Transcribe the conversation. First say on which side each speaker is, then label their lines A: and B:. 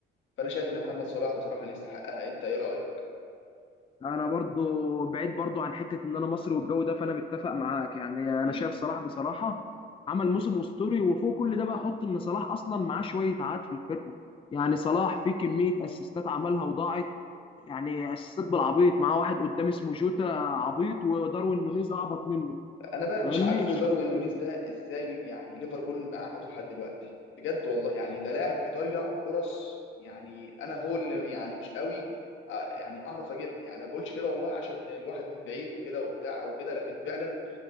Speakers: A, on the left; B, on the left.
A: فانا شايف ان محمد صلاح بصراحه اللي يستحقها انت ايه رايك؟
B: انا برضو بعيد برضو عن حتة ان انا مصري والجو ده فانا متفق معاك يعني
A: مم.
B: انا شايف صلاح بصراحة عمل موسم اسطوري وفوق كل ده بقى حط ان صلاح اصلا معاه شوية عاد في الفرقة يعني صلاح في كمية اسيستات عملها وضاعت يعني اسيستات بالعبيط معاه واحد قدام اسمه جوتا عبيط وداروين نونيز اعبط منه
A: انا بقى
B: فاهمني
A: مش عارفه داروين نونيز ده ازاي يعني ليفربول مقعده لحد دلوقتي بجد والله يعني ده لاعب بيضيع فرص يعني انا هو اللي يعني مش قوي آه، يعني اعرف اجيبها يعني ما بقولش كده والله عشان الواحد من بعيد وكده وبتاع وكده لكن فعلا